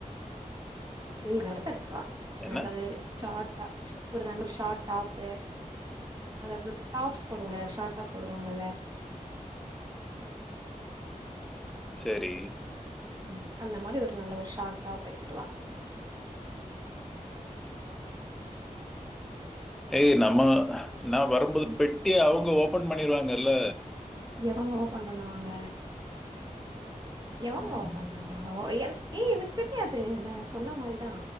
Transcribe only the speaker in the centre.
என்ன
சேரி
ஏ நம்ம நா வரும்போது
பெட்டி அவுங்க ஓப் ஃபோன் பண்ணிருவாங்கல்ல
ம்,